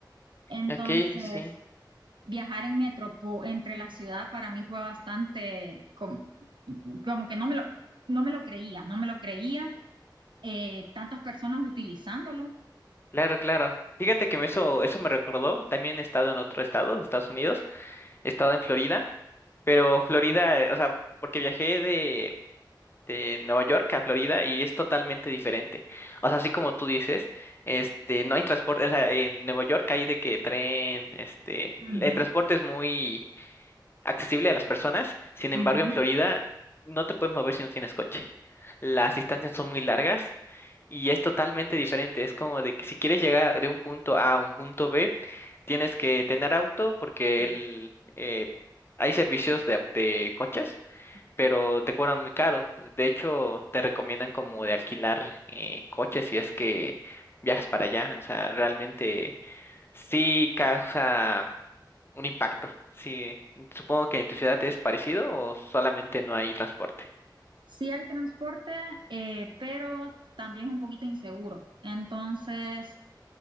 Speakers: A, on the right (about 80°); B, on the left (about 30°).
A: Entonces,
B: Ok, sí.
A: viajar en metro po- entre la ciudad para mí fue bastante com- como, que no me lo, no me lo creía, no me lo creía, eh, tantas personas utilizándolo.
B: Claro, claro. Fíjate que me eso, eso me recordó. También he estado en otro estado, Estados Unidos. He estado en Florida, pero Florida, eh, o sea, porque viajé de Nueva York a Florida y es totalmente diferente. O sea, así como tú dices, este, no hay transporte, o sea, en Nueva York hay de que tren, este,
A: Ujú.
B: el transporte es muy accesible a las personas, sin
A: ujú,
B: embargo, en Florida no te puedes mover si no tienes coche. Las distancias son muy largas y es totalmente diferente. Es como de que si quieres llegar de un punto A a un punto B, tienes que tener auto porque
A: Sí.
B: el, eh, hay servicios de, au- de coches
A: Ujú,
B: pero te cobran muy caro. De hecho, te recomiendan como de alquilar eh, coches si es que viajas para allá. O sea, realmente sí causa un impacto. Sí, supongo que en tu ciudad es parecido o solamente no hay transporte.
A: Sí hay transporte, eh, pero también es un poquito inseguro. Entonces,